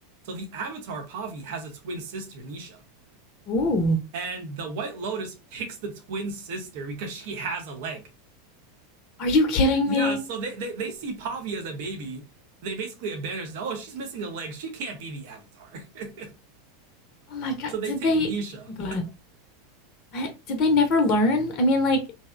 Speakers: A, on the right (about 60°); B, on the left (about 45°).
A: So the Avatar Pavi has a twin sister, Nisha.
B: Ooh.
A: And the White Lotus picks the twin sister because she has a leg.
B: Are you kidding
A: Yeah,
B: me?
A: so they, they, they see Pavi as a baby. They basically abandon her says, Oh, she's missing a leg. She can't be the Avatar. <laughs>
B: Oh my god.
A: so they
B: Did
A: take
B: they
A: Nisha.
B: Go ahead. I- did they never learn? I mean, like